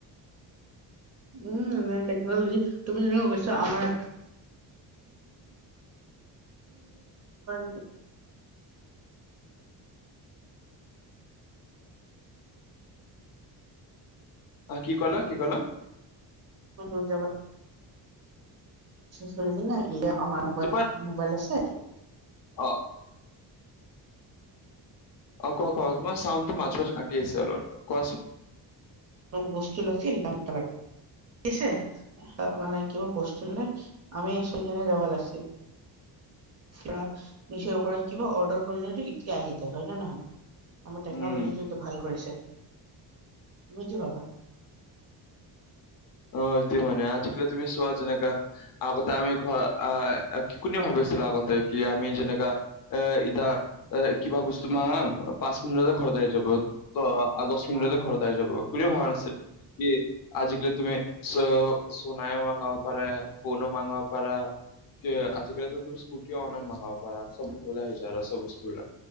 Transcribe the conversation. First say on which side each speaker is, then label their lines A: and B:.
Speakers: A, on the right; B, on the left.
A: উম নে টেকনলজি তুমি যেনেকে কৈছা আমাৰ <unintelligible>
B: অ কি কলা কি কলা
A: <unintelligible> চলি কি না এইতি আমাৰ মোবাইল
B: তোমাৰ
A: মোবাইল আছে
B: অ অ ক ক তোমাৰ চাউণ্ডটো মাজে মাজ কাটি আহিছে অলপ কোৱাচোন
A: মান বস্তু লাগিছিল দামটো লাগ- গিছে অ মানে কিবা বস্তুলে আমি <unintelligible> পৰা মিছৰৰ পৰা কিবা অৰ্ডাৰ কৰিলেটো ইতে আহি যায় হয় না নহয় আমাৰ টেকনলজি
B: উম
A: এইটো টো ভাল কৰিছে তুমি কি ভাবা
B: অ এইটো মানে আজি-কালি তুমি চোৱা যেনেকা আগতে আমি ঘ আহ কি কোনে ভাবিছিল আগতে কি আমি যেনেকা এ ইটা এই কিবা বস্তু মাঙাম পাঁচ মিনিটতে ঘৰত আহি যাব ত আৰু দহ মিনিটতে
A: হয়
B: ঘৰত আহি যাব। কোনোৱে ভাবা নাছিল কি আজি-কালি তুমি চ <unintelligible> ফনো মাংগাৰ পাৰা তে আজি-কালি তো তুমি স্কুটিও অনলাইন মঙাব পাৰা সব ঘাৰতে আহি যায় আৰু সব বস্তুবিলাক।